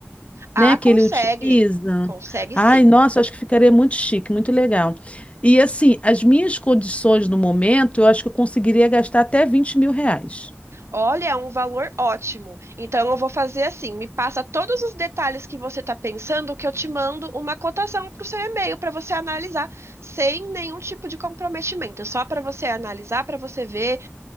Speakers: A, on the right; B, on the left.
A: Ah,
B: né, que
A: consegue.
B: ele utiliza.
A: Consegue
B: Ai,
A: sim.
B: nossa, acho que ficaria muito chique, muito legal. E assim, as minhas condições no momento, eu acho que eu conseguiria gastar até 20 mil reais.
A: Olha, é um valor ótimo. Então eu vou fazer assim, me passa todos os detalhes que você está pensando, que eu te mando uma cotação para o seu e-mail para você analisar sem nenhum tipo de comprometimento, só para você analisar, para você ver,